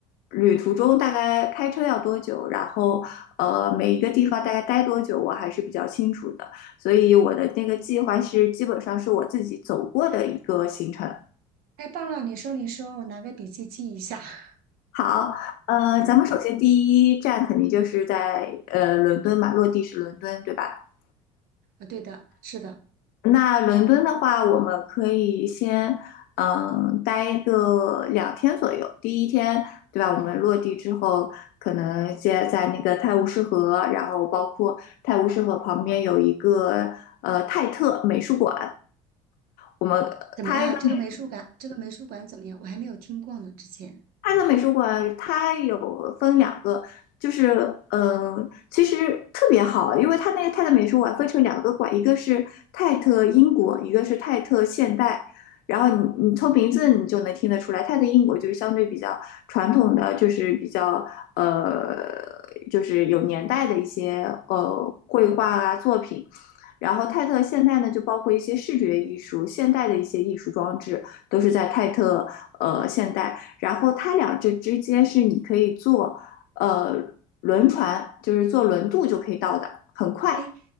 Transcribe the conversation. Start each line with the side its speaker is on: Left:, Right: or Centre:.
Left: 旅途中大概开车要多久，然后呃每一个地方大概待多久，我还是比较清楚的，所以我的那个计划是基本上是我自己走过的一个行程。
Right: 太棒了！你说，你说，我拿个笔记记一下。<laughs>
Left: 好，呃，
Right: 嗯，
Left: 咱们首先第一站肯定就是在呃伦敦嘛，落地是伦敦，对吧？
Right: 啊，对的，是的，
Left: 那伦敦的话，我们可以先嗯待个两天左右。第一天，对吧？我们落地之后，可能先在那个泰晤士河，然后包括泰晤士河旁边有一个呃泰特美术馆，我们呃它一个美。
Right: 怎么样？这个美术馆，这个美术馆怎么样？我还没有听过呢，之前。
Left: 泰特美术馆它有分两个，就是嗯、呃其实特别好，因为它那个泰特美术馆分成两个馆，一个是泰特英国，一个是泰特现代。然后你你从名字你就能听得出来，泰特英国就是相对比较传统的，就是比较呃，就是有年代的一些呃绘画啊作品。然后泰特现代呢，就包括一些视觉艺术、现代的一些艺术装置，都是在泰特呃现代。然后它俩这之间是你可以坐呃轮船，就是坐轮渡就可以到的，很快，
Right: 诶，